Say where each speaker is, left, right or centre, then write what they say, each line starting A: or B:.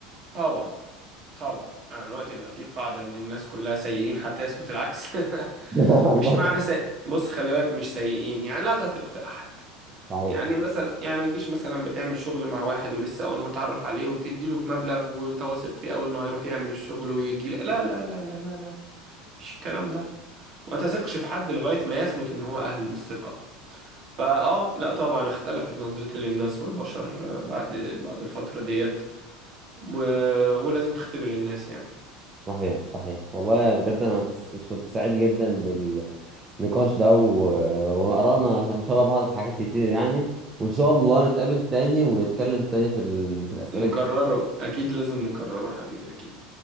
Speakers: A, on the right; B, on the right.
A: طبعا طبعا انا دلوقتي بقى في قاعده ان الناس كلها سيئين حتى يثبت العكس <laughs>
B: <laughs> والله
A: مش معنى سي... بص خلي بالك مش سيئين يعني لا تثق في احد
B: صحيح
A: يعني مثلا يعني ما تجيش مثلا بتعمل شغل مع واحد ولسه اول ما تعرف عليه وتدي له مبلغ وانت واثق فيه قوي انه هيروح يعمل الشغل ويجي لك. لا لا لا لا لا لا مش الكلام ده ما تثقش في حد لغاية ما يثبت ان هو اهل للثقة فاه لا طبعا اختلفت نظرتي للناس والبشر بعد بعد الفترة ديت و... ولازم تختبر الناس يعني
B: صحيح صحيح والله بجد انا س- كنت سعيد جدا بالنقاش ده و... وآرائنا شبه بعض في حاجات كتير يعني وان شاء الله نتقابل تاني ونتكلم تاني في ال... في الأسئلة
A: نكرره اكيد لازم نكرره حبيبي اكيد